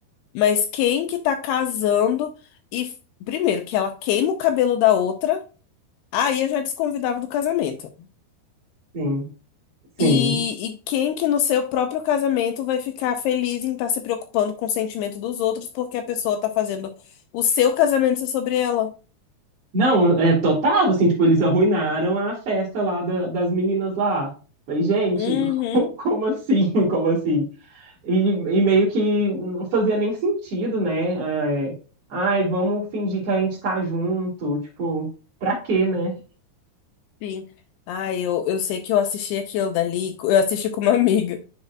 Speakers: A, on the left (about 80°); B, on the right (about 40°).
A: mas quem que tá casando e f- primeiro que ela queima o cabelo da outra, aí eu já desconvidava do casamento.
B: sim, sim.
A: E, e quem que no seu próprio casamento vai ficar feliz em estar se preocupando com o sentimento dos outros porque a pessoa tá fazendo o seu casamento ser sobre ela?
B: Não, é total, assim, tipo, eles arruinaram a festa lá da- das meninas lá. Falei, gente,
A: Uhum,
B: <laughs> como assim? Como assim? E, e meio que não fazia nem sentido, né? É, ai, vamos fingir que a gente tá junto. Tipo, pra quê, né?
A: sim. Ai, eu, eu sei que eu assisti aquilo dali, eu assisti com uma amiga.